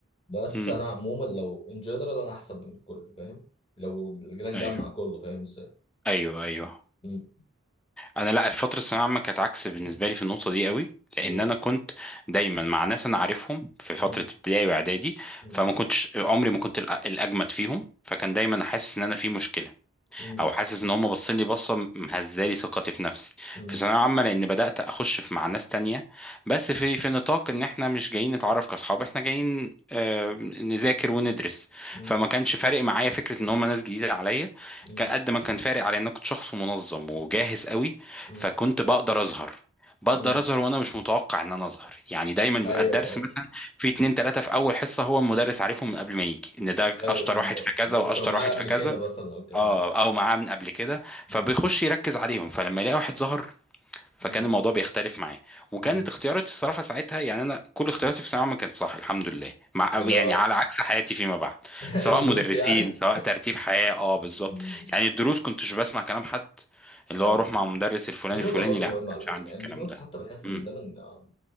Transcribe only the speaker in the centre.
مم.
ايوه
ايوه ايوه
انا لا الفتره الثانويه العامه كانت عكس بالنسبه لي في النقطه دي قوي لان
انا كنت دايما مع ناس انا عارفهم في فتره
ابتدائي واعدادي
فما كنتش عمري ما كنت الأ- الاجمد فيهم فكان دايما حاسس ان انا في مشكله
او حاسس ان هم باصين لي بصه مهزالي ثقتي في نفسي
في ثانويه عامه لان بدات اخش في مع ناس تانية بس في في نطاق ان احنا مش جايين نتعرف كاصحاب احنا جايين آه، نذاكر وندرس
فما كانش فارق معايا فكره ان هم ناس جديده عليا
كان قد ما كان فارق على ان انا كنت شخص منظم وجاهز قوي
فكنت بقدر اظهر بقدر
اظهر وانا مش متوقع ان انا اظهر يعني دايما بيبقى
الدرس
مثلا في اتنين تلاتة في اول حصة هو المدرس عارفهم من قبل ما يجي ان ده
اشطر
واحد
في كذا
واشطر
واحد
في كذا
اه
او معاه من قبل كده
فبيخش يركز عليهم فلما يلاقي واحد ظهر فكان
الموضوع بيختلف معاه وكانت
اختياراتي الصراحه ساعتها يعني انا كل اختياراتي في ثانويه عامه كانت صح الحمد لله مع
يعني
على عكس حياتي فيما بعد
سواء
مدرسين
سواء ترتيب حياه اه بالظبط
يعني الدروس كنتش بسمع كلام حد اللي
هو اروح مع مدرس الفلاني
الفلاني
لا
ما كانش
عندي
الكلام
ده
امم